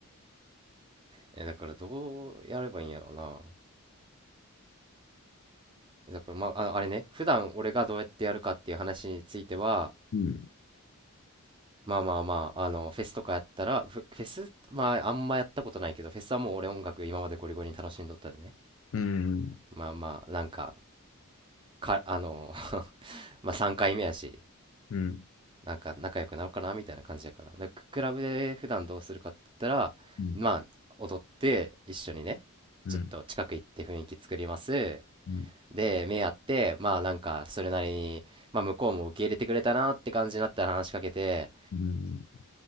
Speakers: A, on the right; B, on the left.
A: えだからどうやればいいんやろうなだからまあ、あのあれね、普段俺がどうやってやるかっていう話については、
B: うん。
A: まあまあまあ、あの、フェスとかやったら、フ、フェス、まああんまやったことないけど、フェスはもう俺音楽今までゴリゴリに楽しんどったでね。
B: うん、
A: まあまあ、なんか、か、あの、<laughs> まあ3回目やし、
B: うん、
A: なんか仲良くなろうかなみたいな感じやから。で、ククラブで普段どうするかって言ったら、
B: うん、
A: まあ、踊って一緒にね、
B: うん、
A: ちょっと近く行って雰囲気作ります。
B: うん、
A: で、目合って、まあなんか、それなりに、まあ向こうも受け入れてくれたなって感じになったら話しかけて、
B: うん、うん、